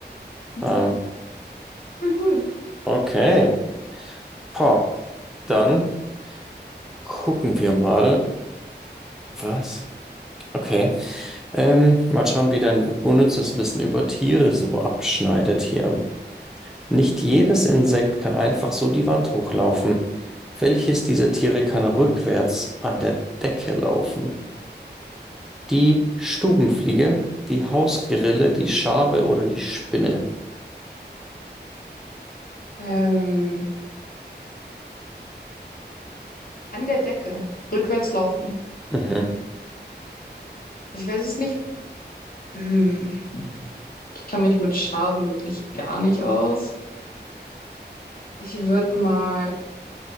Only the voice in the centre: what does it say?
Ähm,
okay. Pah. Dann gucken wir mal. Was? Okay. Ähm, mal schauen, wie dein unnützes Wissen über Tiere so abschneidet hier. Nicht jedes Insekt kann einfach so die Wand hochlaufen. Welches dieser Tiere kann rückwärts an der Decke laufen? Die Stubenfliege, die Hausgrille, die Schabe oder die Spinne.
Mhm.